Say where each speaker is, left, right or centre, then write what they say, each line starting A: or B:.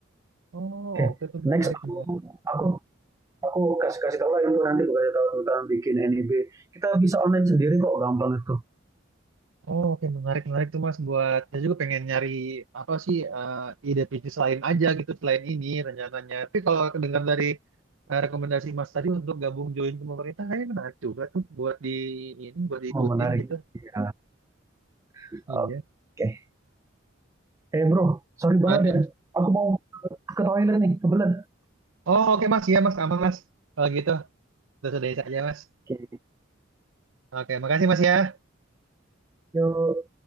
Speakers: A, on the right; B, on the right.
A: Oh
B: oke Okay.
A: oke tuh menarik
B: next aku
A: menarik.
B: aku aku kasih kasih tahu lah itu nanti aku kasih tahu tentang bikin NIB kita bisa online sendiri kok gampang itu
A: Oh oke menarik menarik tuh Mas buat saya juga pengen nyari apa sih eh, ide bisnis lain aja gitu selain ini rencananya. Tapi kalau dengar dari eh, rekomendasi Mas tadi untuk gabung join ke pemerintah kayaknya menarik juga tuh buat di ini buat diikutin
B: oh, menarik
A: gitu.
B: iya oke
A: Iya.
B: Okay. eh bro sorry banget
A: Menarik ya,
B: ya
A: Mas.
B: aku mau ke toilet nih kebelet oke
A: Oh oke Mas, iya Mas aman Mas. Kalau gitu, sudah sudah saja Mas.
B: Okay.
A: Oke, makasih Mas ya.
B: Yo.